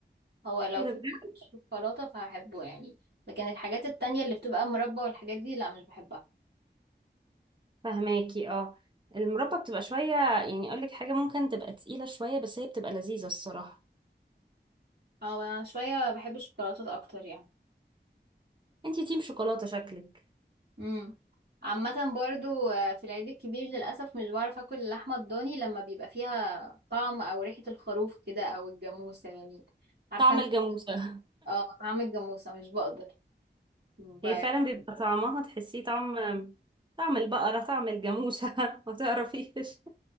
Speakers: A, on the right; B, on the right.
A: هو لو
B: ايه ده
A: في
B: بجد
A: منه شوكولاته فهحبه يعني لكن الحاجات التانية اللي بتبقى مربى والحاجات دي لا مش بحبها
B: فهماكي اه المربى بتبقى شوية يعني اقول لك حاجة ممكن تبقى تقيلة شوية بس هي بتبقى لذيذة الصراحة
A: اه انا شويه بحب الشوكولاتات اكتر يعني
B: انتي تيم شوكولاتة شكلك
A: امم عامة برضو آه، في العيد الكبير للأسف مش بعرف أكل اللحمة الضاني لما بيبقى فيها طعم أو ريحة الخروف كده أو الجاموسة يعني عارفة
B: طعم
A: أنت
B: الجاموسة
A: اه طعم الجاموسة مش بقدر
B: <laughs>
A: ب...
B: هي فعلا بيبقى طعمها تحسيه طعم طعم البقرة طعم الجاموسة <laughs> ما تعرفيش